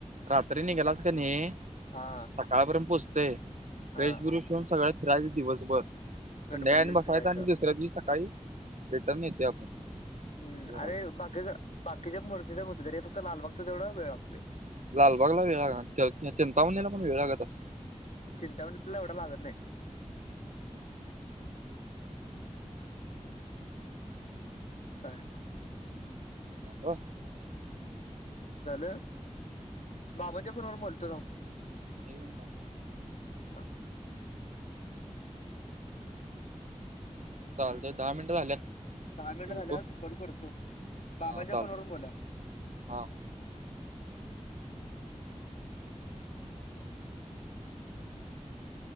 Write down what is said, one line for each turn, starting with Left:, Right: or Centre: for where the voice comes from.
Right: रात्री निघालास का नाहीस
Left: हा
Right: सकाळापर्यंत पोचतंय
Left: हा
Right: फ्रेश बिश होऊन सगळं फिरायचं दिवसभर संध्याकाळी
Left: गणपती
Right: आणि
Left: तेन
Right: बसायच
Left: फिरायचं
Right: आणि दुसऱ्या दिवशी सकाळी रिटर्न येतोय आपण.
Left: हम्म
Right: असं कराव
Left: अरे बाकीच बाकीच्या मूर्तीच होतय रे फक्त लालबागच तेवढं वेळ लागतोय.
Right: लालबागला वेळ लागणार च चिंतामणीला पण वेळ लागतं असलं?
Left: चिंंतामणीला एवढा लागतं नाही. असं आहे.
Right: हो.
Left: झालं बाबांच्या फोन वर बोलतो थांब?
Right: <unintelligible>
Left: हां.
Right: चालतंय दहा मिनट झाल्यात.
Left: दहा मिनट
Right: ठेवतो
Left: झाल्यात कट करतो बाबांच्या
Right: हा चालतंय
Left: फोनवरून बोलूयात.
Right: हा
Left: <unintelligible>